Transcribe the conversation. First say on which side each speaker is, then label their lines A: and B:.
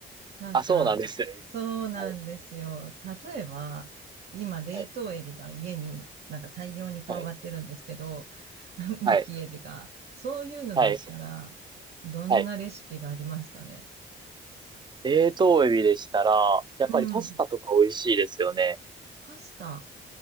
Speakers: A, on the right (about 55°); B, on the right (about 20°).
A: なんか、
B: あ、そうなんですね。
A: そうなんですよ。
B: はい、
A: 例えば、今、冷凍エビが家になんか大量に転がってるんですけど、
B: はい、はい、
A: <laughs> むきエビが。
B: はい、
A: そういうのだったら、
B: はい、
A: どんなレシピがありますかね。
B: はい。冷凍エビでしたら、やっぱりパスタとか美味しいですよね。
A: うん。パスタ。